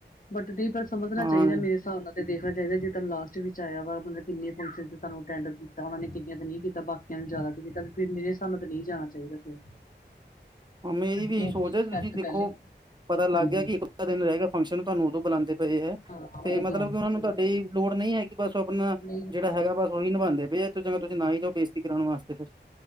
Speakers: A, on the left; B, on the right.
A: ਬ ਸਮਝਣਾ
B: ਹਾਂ।
A: ਚਾਹੀਦਾ ਮੇਰੇ ਹਿਸਾਬ ਨਾਲ ਤੇ ਦੇਖਣਾ ਚਾਹੀਦਾ ਜੇ ਤਨੁ ਲਾਸਟ ਵਿੱਚ ਆਇਆ ਵਾ ਮਤਲਬ ਕਿੰਨੇ ਫੰਕਸ਼ਨ ਤੁਾਨੂੰ ਅਟੈਂਡ ਕੀਤਾ ਉਹ ਨੇ ਕਿੰਨੀਆਂ ਤੇ ਨਹੀਂ ਕੀਤਾ ਬਾਕੀ ਜ਼ਿਆਦਾ ਤੇ ਕੀਤਾ ਫਿਰ ਮੇਰੇ ਹਿਸਾਬ ਨਾਲ ਤੇ ਨਹੀਂ ਜਾਣਾ ਚਾਹੀਦਾ ਫਿਰ
B: ਮੇਰੀ
A: ਹਾਂਜੀ
B: ਵੀ
A: ਕਿਉਂਕਿ
B: ਇਹੀ ਸੋਚ
A: ਰਿਸਪੈਕਟ
B: ਹੈ ਤੁਸੀਂ ਦੇਖੋ
A: ਪਹਿਲੇ
B: ਪਤਾ ਲੱਗ
A: ਹਾਂਜੀ
B: ਗਿਆ ਕਿ ਦਿਨ ਰਹਿ ਗਿਆ ਫੰਕਸ਼ਨ ਤੁਹਾਨੂੰ ਉਦੋਂ ਬੁਲਾਉਂਦੇ ਪਏ ਐ।
A: ਹਾਂ
B: ਤੇ
A: ਉਦੋਂ
B: ਮਤਲਬ
A: ਬੁਲਾਣਾ
B: ਕਿ ਉਹਨਾਂ ਨੂੰ
A: ਸਹੀ
B: ਤੁਹਾਡੀ
A: ਗੱਲ
B: ਲੋੜ ਨਹੀ ਹੈ ਕਿ ਬਸ ਆਪਣਾ
A: ਨਹੀਂ
B: ਜਿਹੜਾ ਹੈਗਾ ਬਸ ਉਹੀ ਨਿਭਉਂਦੇ ਭਏ
A: ਹਾਂਜੀ-ਹਾਂਜੀ।
B: ਤੁਸੀਂ ਨਾ ਜਾਓ ਬੇਸ਼ਤੀ ਕਰਉਣ ਵਾਸਤੇ ਫਿਰ।